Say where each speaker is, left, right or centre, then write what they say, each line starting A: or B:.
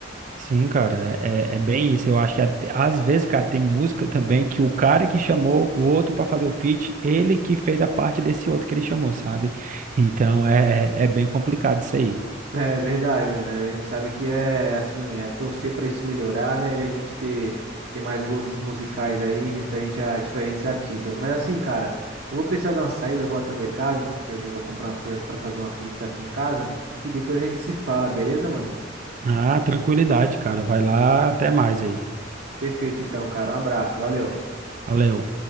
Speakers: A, on the right (about 40°); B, on the right (about 60°).
A: sim, cara, é, é é bem isso. Eu acho que até- às vezes, cara, tem música também que o cara que chamou o outro pra fazer o feat, ele que fez a parte desse outro que ele chamou, sabe? Então é, é é bem complicado isso aí.
B: É verdade, né? A gente sabe que é assim, é torcer para isso melhorar, né? E a gente ter, ter mais gostos musicais aí referente a diferentes artistas. Mas assim, cara, eu vou precisar dar uma saída, eu vou até o mercado, que hoje eu vou comprar umas coisas para fazer uma pizza aqui em casa e depois a gente se fala, beleza, mano?
A: Ah, tranquilidade, cara. Vai lá, até mais aí.
B: Perfeito então, cara. Um abraço, valeu.
A: Valeu.